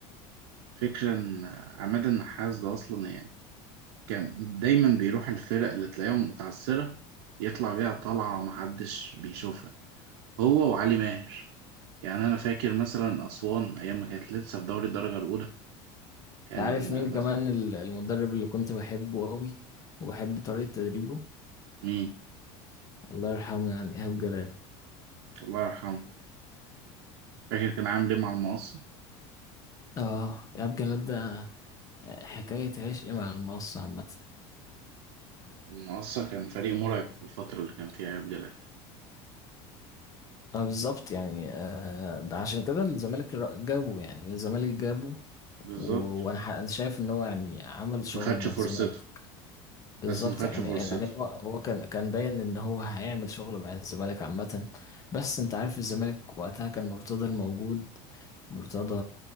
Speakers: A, on the right; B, on the left.
A: فكرة إن عماد النحاس ده أصلا يعني كان دايما بيروح الفرق اللي تلاقيهم متعثرة يطلع بيها طلعة محدش بيشوفها هو وعلي ماهر يعني أنا فاكر مثلا أسوان أيام ما كانت لسه في دوري الدرجة الأولى كان
B: انت عارف مين
A: مثلا
B: كمان ال- المدرب اللي كنت بحبه قوي وبحب طريقة تدريبه
A: مين
B: الله يرحمه يعني ايهاب جلال
A: الله يرحمه فاكر كان عامل إيه مع المقصة
B: اه ايهاب جلال ده حكاية عشق مع المقصة عامة
A: المقصة كان فريق مرعب في الفترة اللي كان فيها إيهاب جلال
B: آه، بالظبط يعني آه، ده عشان كده الزمالك را- جابه يعني الزمالك جابه
A: بالظبط
B: و- وانا ح- انا شايف ان هو يعني عمل شغل
A: ما خدش
B: مع
A: فرصته
B: الزمالك بالظبط
A: بس ما خدش
B: يعني
A: فرصته
B: يعني هو هو كان كان باين ان هو هيعمل شغل مع الزمالك عامة بس انت عارف الزمالك وقتها كان مرتضى الموجود مرتضى